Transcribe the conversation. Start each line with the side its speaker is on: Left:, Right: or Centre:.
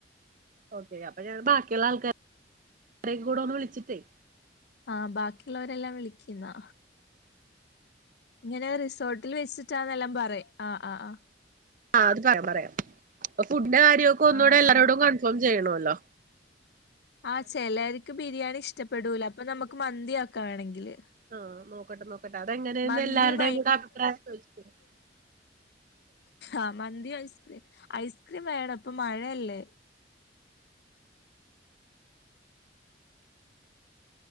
Right: ക്കെ അപ്പൊ ഞാൻ ബാക്കിയുള്ള ആൾക്കാര കൂടെ ഒന്ന് വിളിച്ചിട്ടേ
Left: ആ ബാക്കിയുള്ളവരെല്ലാം വിളിക്ക്ന്നാ ഇങ്ങനെ റിസോർട്ടിൽ വെച്ചിട്ടാന്നെല്ലാം പറയാ ആ ആ ആ
Right: ആ അത് പറയാം പറയാം അപ്പൊ ഫുഡ് കാര്യ ഒക്കെ ഒന്നൂടെ
Left: ആഹ്
Right: എല്ലാരോടും
Left: ആഹ്
Right: കൺഫോം ചെയ്യണല്ലോ
Left: ആ ചെല്ലര്ക്ക് ബിരിയാണി ഇഷ്ടപ്പെടൂല അപ്പൊ നമുക്ക് മന്തിയാക്കാ വേണെങ്കില്
Right: ആ നോക്കട്ടെ നോക്കട്ടെ അതെങ്ങനെയന്ന്
Left: മന്തിയും
Right: എല്ലാരുടെയും കൂടെ അഭിപ്രായം ചോദിച്ചിട്ടു വിളിക്കാം
Left: ആ മന്തി ഐസ്ക്രീം ഐസ്ക്രീം വേണോ ഇപ്പ മഴയല്ലേ <inaudible>